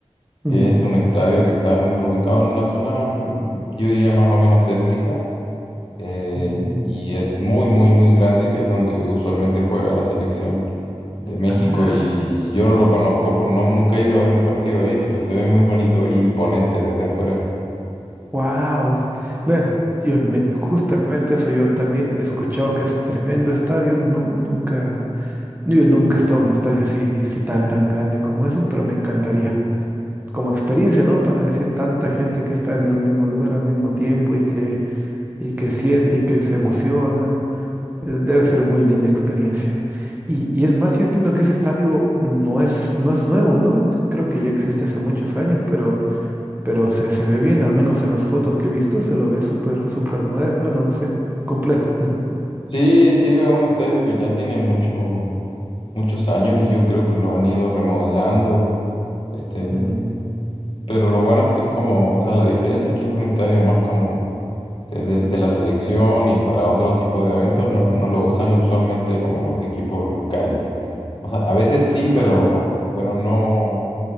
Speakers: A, on the right (about 15°); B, on the left (about 55°).
A: mm,
B: que es un estadio que están ubicado en una zona, mm, yo diría más o menos céntrica eh,
A: mm.
B: y es muy, muy, muy grande, que es donde usualmente juega la selección de México
A: Ah.
B: y yo no lo conozco, por, no, nunca he ido a ver un partido ahí, pero se ve muy bonito y imponente desde afuera.
A: Wow, ve, yo me- justamente eso yo también he escuchado que es tremendo estadio. No, nunca, yo nunca he estado en un estadio así, así tan tan grande como esos, pero me encantaría. Como experiencia, ¿no? Para decir tanta gente que está en el mismo lugar al mismo tiempo y que, y que siente y que se emociona. eh, Debe ser muy linda experiencia. Y, y es más, yo entiendo que ese estadio no es, no es nuevo, ¿no? Ent- Creo que ya existe hace muchos años, pero pero se, se ve bien, al menos en las fotos que he visto, se lo ve súper, súper moderno, no sé, completo. <laughs>
B: Sí, sí, es un estadio que ya tiene mucho, muchos años y yo creo que lo han ido remodelando, este,
A: Mm,
B: pero lo bueno es que es como, o sea, la diferencia es que es un estadio más como de, de- de la selección y para otro tipo de eventos
A: mm.
B: no, no lo usan usualmente como los equipos locales. O sea, a veces
A: Ah,
B: sí, pero, pero no,